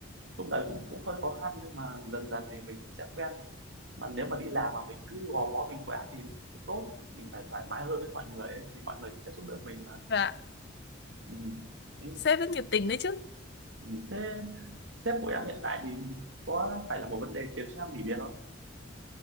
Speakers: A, on the right (about 75°); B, on the left (about 55°).
A: lúc đấy cũng cũng hơi khó khăn nhưng mà dần dần thì mình cũng sẽ quen mà nếu mà đi làm mà mình cứ gò bó mình quá thì nó cũng không tốt mình phải thoải mái hơn với mọi người ấy, thì mọi người cũng sẽ giúp đỡ mình mà
B: dạ
A: ừ. Ừ.
B: sếp rất nhiệt tình đấy chứ
A: Ừ. thế sếp của em hiện tại thì có phải là một vấn đề khiến cho em nghỉ việc không